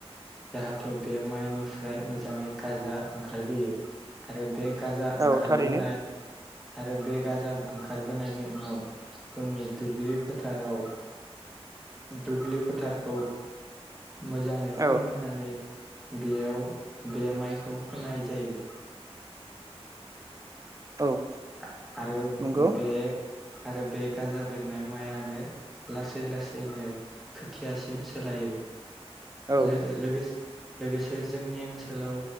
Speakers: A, in the centre; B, on the right.
A: जाहाथे बे माइनिफ्राय मोजाङै गाजा ओंखारबोयो आरो बे गाजा
B: औ
A: ओंखारबोनाय
B: थारैनो
A: आरो बे गाजा ओंखारबोनायनि उनाव जोंनि दुब्लि फोथाराव दुब्लि फोथारखौ मोजाङै
B: औ
A: फोमोननानै बेयाव बे माइखौ फोनाय जायो।
B: औ
A: आ-आरो
B: नंगौ
A: बे आरो बे गाजा बेरनाय माइयानो लासै लासैनो खोथियासिम सोलायो
B: औ
A: लो-लोगोसे लोगोसे जोंनि ओनसोलाव